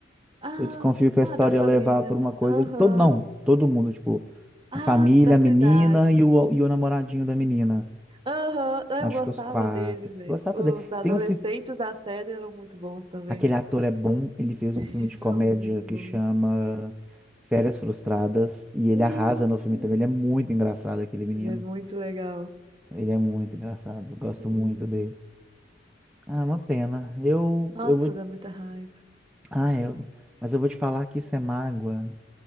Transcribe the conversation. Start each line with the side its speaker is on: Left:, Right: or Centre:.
Right: Ah,
Centre: Eu desconfio
Right: se-
Centre: que a
Right: ah,
Centre: história
Right: da família,
Centre: ia levar por
Right: né?
Centre: uma coisa
Right: Aham.
Centre: que todo não, todo mundo, tipo,
Right: Ah,
Centre: a família,
Right: da cidade.
Centre: a menina e o, e o namoradinho da menina.
Right: Aham, Ah,
Centre: Acho
Right: Eu gostava
Centre: que os quatro.
Right: dele, velho.
Centre: Gostava
Right: Os
Centre: dele.
Right: adolescentes
Centre: Tem um fi...
Right: da série eram muito bons também.
Centre: aquele ator é bom, ele fez
Right: <laughs> Eles
Centre: um filme de
Right: são
Centre: comédia
Right: muito
Centre: que
Right: bons.
Centre: chama Férias Frustradas e ele
Right: Hum,
Centre: arrasa no filme também. Ele é muito engraçado aquele menino.
Right: ele é muito legal.
Centre: Ele é muito engraçado. Gosto
Right: Sim.
Centre: muito dele. Ah, é uma pena. Eu
Right: Nossa,
Centre: eu vou
Right: dá muita raiva.
Centre: Ah, eu... mas eu vou te falar que isso é mágoa.